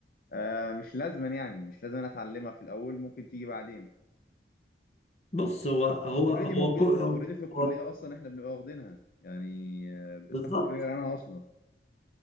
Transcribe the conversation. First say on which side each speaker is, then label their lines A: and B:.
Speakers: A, on the left; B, on the left.
A: آه مش لازما يعني مش لازم أنا اتعلمها في الاول ممكن تيجي بعدين
B: بص هو هو
A: اوريدي
B: هو,
A: موجود
B: كو-
A: اوريدي في الكليه
B: هو
A: اصلا احنا بنبقى واخدينها يعني آه، بناخد
B: بالظبط
A: فكره عنها اصلا